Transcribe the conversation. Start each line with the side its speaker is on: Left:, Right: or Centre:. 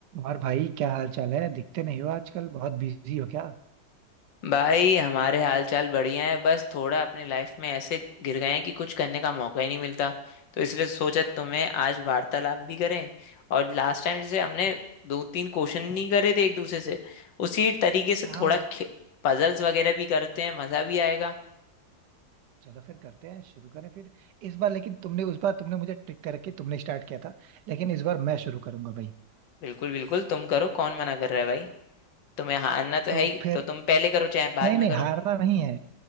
Right: और भाई क्या हाल चाल है दिखते नहीं हो आजकल बहुत बिजी हो क्या
Left: भाई हमारे हाल चाल बढ़िया है बस थोड़ा अपनी लाइफ में ऐसे गिर गए हैं कि कुछ करने का मौका ही नहीं मिलता तो इसलिए सोचा तुम्हें आज वार्तालाप भी करें और लास्ट टाइम जैसे हमने दो तीन क्वेश्चन नहीं करे थे एक दूसरे से उसी तरीके से
Right: हाँ
Left: थोड़ा
Right: वो
Left: पजल्स वगैरह भी करते हैं मजा भी आएगा
Right: चलो फिर करते हैं शुरू करें फिर इस बार लेकिन तुमने उस बार तुमने मुझे ट्रिक करके तुमने स्टार्ट किया था लेकिन इस बार मैं शुरू करूंगा भाई
Left: बिल्कुल बिल्कुल तुम करो कौन मना कर रहा है भाई तुम्हें हारना तो
Right: तो
Left: है ही
Right: फिर
Left: तो तुम पहले करो चाहे
Right: नहीं
Left: बाद
Right: नहीं
Left: में करो
Right: हारना नहीं है